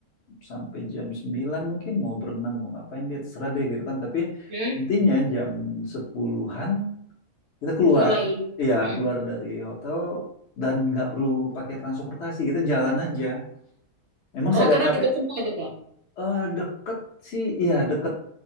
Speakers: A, on the left (about 55°); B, on the right (about 65°).
A: sampai jam 9 mungkin mau berenang, mau ngapain dia terserah deh gitu kan. Tapi
B: Mm.
A: intinya jam sepuluhan an kita keluar.
B: Mulai.
A: Iya,
B: Mm-mm.
A: keluar
B: Oke.
A: dari hotel dan nggak perlu pakai transportasi, kita jalan aja. Emang saya
B: Oh, karena
A: agak capek.
B: dekat semua itu, Kak.
A: Eh, deket sih, iya deket.